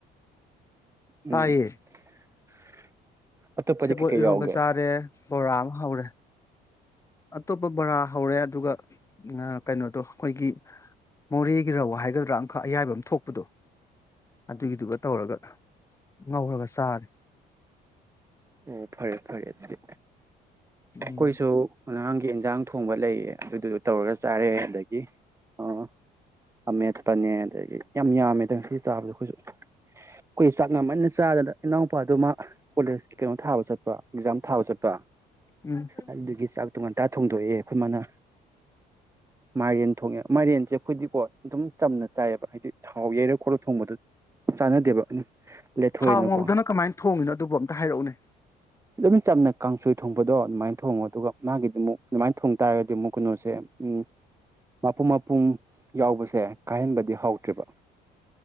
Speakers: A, on the right; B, on the left.
A: ꯎꯝ
B: ꯇꯥꯏꯌꯦ
A: <unintelligible>
B: ꯁꯦꯕꯣꯠ
A: ꯀꯩꯀꯩ
B: ꯏꯔꯣꯟꯝꯕ
A: ꯌꯥꯎꯒꯦ
B: ꯆꯥꯔꯦ ꯕꯣꯔꯥ ꯑꯃ ꯍꯧꯔꯦ ꯑꯇꯣꯞꯄ ꯕꫭꯔꯥ ꯍꯧꯔꯦ ꯑꯗꯨꯒ ꯀꯩꯅꯣꯗꯣ ꯑꯈꯣꯏꯒꯤ ꯃꯣꯔꯦꯒꯤ ꯔꯧ ꯍꯥꯏꯒꯗ꯭ꯔꯥ ꯑꯃꯈꯛ ꯑꯌꯥꯏꯕꯃ ꯊꯣꯛꯄꯗꯣ ꯑꯗꯨꯒꯤꯗꯨꯒ ꯇꯧꯔꯒ ꯉꯧꯔꯒ ꯆꯥꯔꯦ
A: ꯑꯣ ꯐꯔꯦ ꯐꯔꯦ ꯑꯗꯨꯗꯤ
B: ꯎꯝ
A: ꯈꫭꯏꯁꯨ ꯉꯔꯥꯡꯒꯤ ꯏꯟꯖꯥꯡ ꯊꯣꯡꯕ ꯂꯩꯌꯦ ꯑꯗꯨꯗꯨꯁꯨ ꯇꯧꯔꯒ ꯆꯥꯔꯦ ꯑꯗꯒꯤ ꯑ ꯑꯃꯃꯦꯠꯄꯅꯦ ꯑꯗꯒꯤ ꯌꯥꯝ ꯌꯥꯝꯃꯦ ꯉꯁꯤ ꯆꯥꯕꯗ ꯑꯈꯣꯏꯁꯨ ꯑꯈꯣꯏ ꯆꯥꯛ ꯉꯃꯟꯅ ꯆꯥꯒꯗ ꯏꯅꯥꯎꯄꯥꯗꯨ ꯃꯥ ꯀꯣꯂꯦꯖꯀꯤ ꯀꯩꯅꯣ ꯊꯥꯕ ꯆꯠꯄ ꯑꯦꯛꯖꯥꯝ ꯊꯥꯕ ꯆꯠꯄ
B: ꯎꯝ
A: ꯑꯗꯨꯒꯤ ꯆꯥꯛꯇꯣ ꯉꯟꯇꯥ ꯊꯣꯡꯗꯣꯛꯑꯦ ꯑꯈꯣꯏ ꯃꯥꯅ ꯃꯥꯏꯔꯦꯟ ꯊꯣꯡꯉꯦ ꯃꯥꯏꯔꯦꯟꯁꯦ ꯑꯩꯈꯣꯏꯗꯤꯀꯣ ꯑꯗꯨꯝ ꯆꯝꯅ ꯆꯥꯏꯑꯕ ꯍꯥꯏꯗꯤ ꯊꯥꯎ ꯌꯩꯔ ꯈꯣꯠꯂꯛ ꯊꯣꯡꯕꯗ ꯆꯥꯟꯅꯗꯦꯕ ꯂꯦꯊꯣꯛꯑꯦꯅꯀꯣ
B: ꯊꯥꯎ ꯉꯧꯗꯅ ꯀꯃꯥꯏꯅ ꯊꯣꯡꯉꯤꯅꯣ ꯑꯗꯨꯕꯨ ꯑꯝꯇ ꯍꯥꯏꯔꯛꯎꯅꯦ
A: ꯑꯗꯨꯝ ꯆꯝ ꯅ ꯀꯥꯡꯁꯣꯏ ꯊꯣꯡꯕꯗꯣ ꯑꯗꯨꯃꯥꯏꯅ ꯊꯣꯡꯉꯣ ꯑꯗꯨꯒ ꯃꯥꯒꯤꯗꯤ ꯑꯃꯨꯛ ꯑꯗꯨꯃꯥꯏꯅ ꯊꯣꯡ ꯇꯥꯔꯒꯗꯤ ꯑꯃꯨꯛ ꯀꯩꯅꯣꯁꯦ ꯎꯝ ꯃꯄꯨꯝ ꯃꯄꯨꯝ ꯌꯥꯎꯕꯁꯦ ꯀꯥꯏꯍꯟꯕꯗꯤ ꯍꯥꯎꯇꯦꯕ